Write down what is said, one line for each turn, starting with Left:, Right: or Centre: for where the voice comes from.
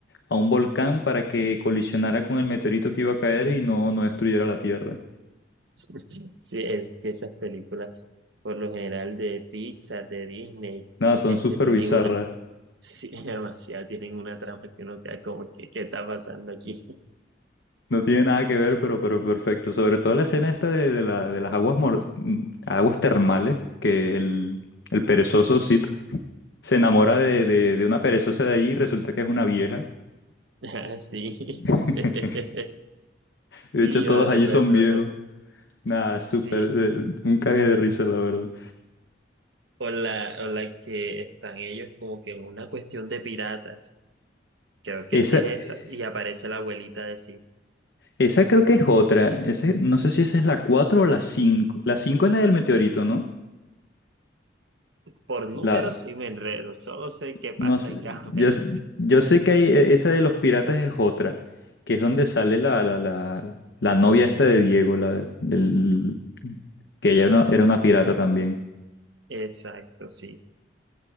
Left: a un volcán para que colisionara con el meteorito que iba a caer y no, no destruyera la Tierra.
Right: <laughs> Sí, es que esas películas, por lo general de Pixar, de Disney,
Left: Nada, son
Right: este,
Left: súper
Right: tienen
Left: bizarras.
Right: una, sí, <laughs> demasiado, tienen una trama que uno queda como, que qué está pasando aquí? <laughs>
Left: No tiene nada que ver, pero, pero perfecto. Sobre todo la escena esta de, de la, de las aguas, mor- mm, aguas termales, que el, el perezoso Sid se enamora de, de de una perezosa de allí y resulta que es una vieja.
Right: Ah, Sí, <laughs>
Left: <laughs> De
Right: sí,
Left: hecho, todos
Right: yo la recuerdo
Left: allí son viejos.
Right: bastante.
Left: Nada, súper,
Right: Sí,
Left: eh, un cague de risa, la verdad.
Right: o la, o la que están ellos como que en una cuestión de piratas, creo que
Left: Esa,
Right: sí es esa,
Left: eh,
Right: y aparece la abuelita de sí.
Left: esa creo que es otra. Ese, no sé si esa es la 4 o la cinco La 5 es la del meteorito, ¿no?
Right: Por números
Left: La,
Right: sí me enredo, solo sé qué pasa
Left: no sé,
Right: en cada
Left: yo,
Right: <laughs> película.
Left: s- yo sé que hay, e- esa de los piratas es otra, que es donde sale la, la, la, la novia esta de Diego, la, del- que ella era una, era una pirata también.
Right: Exacto, sí.